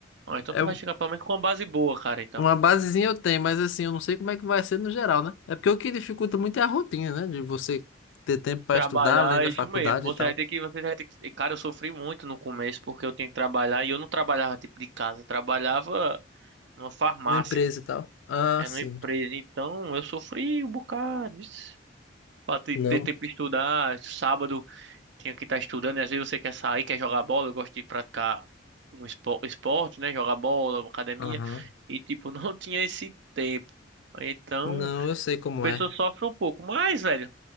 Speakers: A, on the right (about 60°); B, on the left (about 70°).
A: ah, então
B: É
A: tu
B: um-
A: vai chegar pelo menos com uma base boa, cara, então.
B: uma basezinha eu tenho, mas assim, eu não sei como é que vai ser no geral, né? É porque o que dificulta muito é a rotina, né? De você ter tempo para
A: Trabalhar,
B: estudar além da
A: é
B: faculdade
A: isso mesmo. Você
B: e tal,
A: vai ter que, você vai ter que. e, Cara, eu sofri muito no começo porque eu tinha que trabalhar e eu não trabalhava tipo de casa, eu trabalhava numa farmácia,
B: numa empresa e tal. Ah,
A: é
B: sim.
A: numa empresa. Então eu sofri um bocado, vixe. Pra ter
B: Não.
A: ter tempo de estudar, sábado tinha que estar estudando, e às vezes você quer sair, quer jogar bola, eu gosto de praticar um espo- esporte, né? Jogar bola, academia,
B: Aham.
A: e tipo, <laughs> não tinha esse tempo. Então,
B: Não,
A: a
B: eu sei como
A: pessoa
B: é.
A: sofre um pouco, mas, velho.